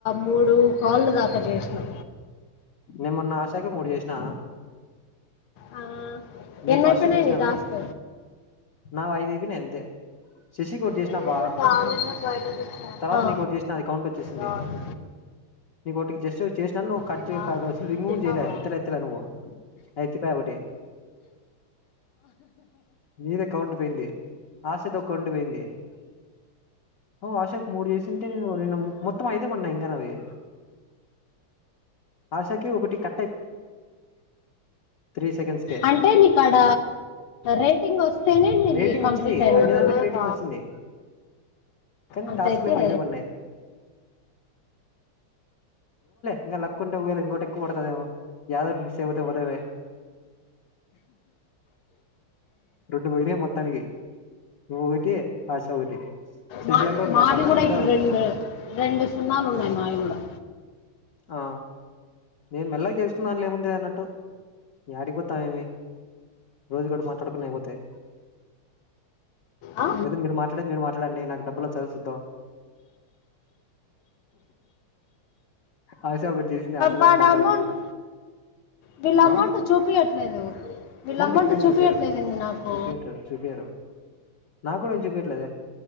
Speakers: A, on the left; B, on the left.
A: మూడు కాళ్ళు దాక చే ఎస్ను
B: నిమొన్న ఆశాకే మూడు చేసిన
A: ఆ,
B: నీకు
A: ఎన్ని
B: ఫస్ట్
A: అయిపోయినాయి
B: చేసినానా
A: నీ టాస్క్
B: నావి ఐదయి నీ అంతె శశీ కొటి చేసినా
A: లేదు
B: బా
A: కావాలన్నా బయటకు వచ్చాను
B: తర్వాత నీకు ఒకటి చేసినా అది అ కౌంట్ వచ్చేసింది
A: రాదు.
B: నీకో ఒకటికి జస్ట్ చేసినాను నువ్వు పచ్చి
A: తినాలి
B: కా
A: నువ్వు
B: అసలు రింగు
A: తిన్నావా
B: చేయలే ఎత్తల ఎత్తలే నువ్వు ఎత్తిపా ఒకటి మీద కౌంట్ పోయింది ఆశతో కౌంట్ పోయింది ఓ అశోక్ మూడు జేసీ నిను నిను మొత్తము ఐదే ఉన్నాయి ఇంక నవి ఆశకి ఒకటి క త్రీ సెకండ్స్ కే
A: అంటే నీకడ రేటింగ్ ఓస్తేనే నీది
B: రేటింగ్
A: కంప్లీట్
B: వచ్చింది
A: అయినట్టు
B: అన్ని దాంట్లోకి రేటింగ్ వచ్చింది కానీ
A: అంటయితే
B: టాస్క్ లేమో ఐదే పడినాయి ఇంగ లత్ కుంట ఇకోటి ఎక్కు పడుతది ఏదోకటి ఫిక్స్ పోతే పోయ మొత్తానికి రెండు పోయినాయి నువ్వు ఒకటి ఆశ ఒకటి శేషాంక్
A: మా
B: తో
A: మాది
B: మాట్లాడిన
A: కూడా
B: నీతో
A: ఇప్పుడు రెండు రెండు సున్నాలు ఉన్నాయి మావి కూడా
B: ఆ నేను మెల్లగ చేస్తున్నాను లేముంది లే అన్నట్టు న ఏడిగిపోతాం ఏమి రోజు కూడా మాట్లాడుకున్న అయిపోతాయి
A: ఆ?
B: ఏదో మీరు మాట్లాడే మీరు మాట్డండి నాకు డబ్బులు వచ్చసస్ ఆశ ఒకటి చేసింది ఆశాతో
A: వాడు
B: ఒకటి మాట్లాడింది
A: అమౌంట్ వీళ్ళ అమౌంట్
B: ఆ
A: చూపియట్లేదు వీళ్ళ అమౌంట్
B: ఇప్పుడేం
A: చూపించట్లేదేంటి
B: చూపియరు
A: నాకు
B: చూపియట్లేదు చూపియరు నాకు కూడా ఏం చూపియట్లేదే